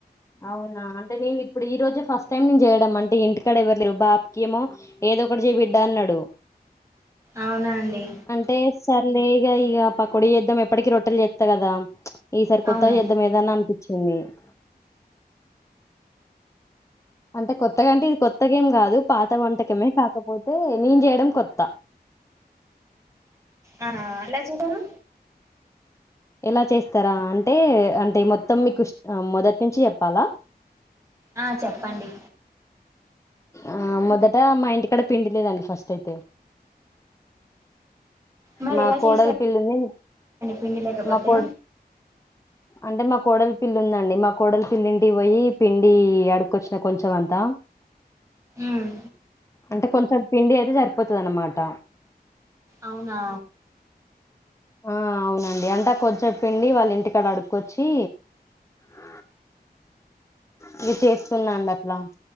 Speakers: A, on the left (about 20°); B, on the right (about 15°).
A: అవునా అంటే నేను ఇప్పుడు ఈ రోజే ఫస్ట్ టైం నేను చేయడం అంటే ఇంటికాడ ఎవరు లేరు బాపుకేమో ఏద ఒకటి చెయి బిడ్డా అన్నడు
B: అవునా అండి
A: అంటే సర్లే ఇ ఇక ప కొడి చేద్దం ఎప్పటికి రొట్టెలు చేస్తా కదా ఈసారి కొత్త
B: అవును
A: చేద్ద్దం ఏదన్నా అనిపించింది అ అంటే కొత్తగా అంటే ఇది కొత్తగా ఏం కాదు పాత వంటకమే కాకపోతే తే నేను చేయడం కొత్త
B: ఆ ఎలా చేసాను
A: ఎలా చేస్తారా అంటే అంటే మొత్తం మీకు మొదటి నుంచి చెప్పాలా
B: ఆ చెప్పండి
A: ఆ మొదట మా ఇంటి కడ పిండి లేదండి ఫస్ట్ అయితే
B: మరి
A: మా
B: ఎలా
A: కోడలి
B: చేస్తారండి
A: పిల్లుని
B: పిండి లేకపోతే
A: మా కోడ్ అంటే మా కోడల్ పిల్లు ఉందండి మా కోడలి పిల్లింటి పోయి పిండి అడుకొచ్చిన కొంచెం అంతా
B: ఉమ్
A: అంటే కొంచెం పిండి అయితే సరిపోతాది అన్నమాట
B: అవునా
A: ఆ అవునండి అంటా కొంచం పిండి వాళ్ళ ఇంటికాడ అడుక్కొచ్చి అ ఇది చేస్తున్నాండి అట్లా